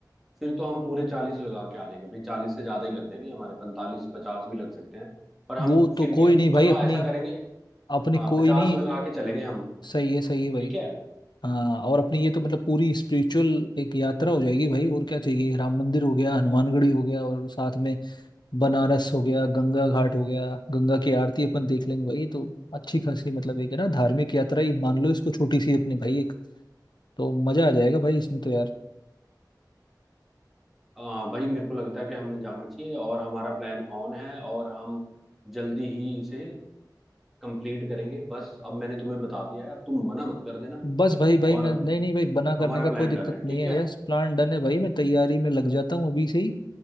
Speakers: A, in the centre; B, on the left.
A: फिर तो हम पूरे चालीस लगा के आ जाएंगे भाई चालीस से ज्यादा ही लग जाएंगे हमारे पैंतालीस पचास भी लग सकते हैं पर हम
B: वो तो
A: फिर
B: कोई
A: भी
B: नहीं भाई
A: चलो
B: अपनी
A: हाँ, ऐसा करेंगे
B: अपनी
A: हाँ
B: कोई
A: पचास
B: नहीं
A: लगा के चलेंगे हम
B: सही है सही है भाई
A: ठीक है
B: हाँ और अपनी ये तो मतलब पूरी स्पिरिचुअल एक यात्रा हो जाएगी भाई और क्या चाहिए राम मंदिर हो गया हनुमानगढ़ी हो गया और साथ में बनारस हो गया गंगा घाट हो गया गंगा की आरती अपन देख लेंगे भाई तो अच्छी खासी मतलब एक है ना धार्मिक यात्रा ही मान लो इसको छोटी सी अपनी भाई एक तो मजा आ जाएगा भाई इसमें तो यार
A: आ, भाई मेरे को लगता है कि हमने जाना चाहिए और हमारा प्लान ऑन है और हम जल्दी ही इसे कंप्लीट करेंगे बस अब मैंने तुम्हें बता दिया है अब तुम मना मत कर देना
B: बस भाई भाई
A: और
B: मैं नहीं नहीं भाई बना करने
A: हमारा
B: का
A: प्लान
B: कोई दिक्कत
A: डन है ठीक
B: नहीं है
A: है
B: यस प्लान डन है भाई मैं तैयारी में लग जाता हूँ अभी से ही